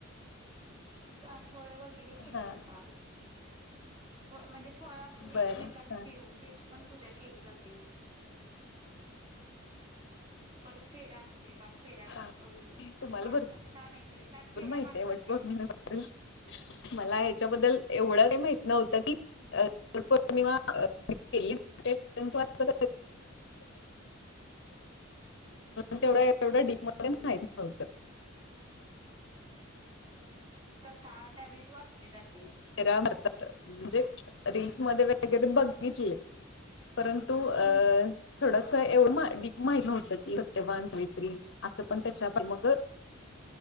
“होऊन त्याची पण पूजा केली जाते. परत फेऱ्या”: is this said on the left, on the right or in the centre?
Right